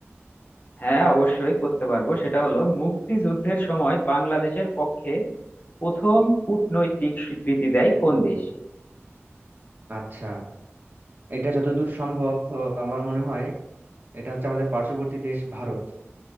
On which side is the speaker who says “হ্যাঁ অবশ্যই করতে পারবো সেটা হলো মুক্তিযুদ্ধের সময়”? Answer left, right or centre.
Left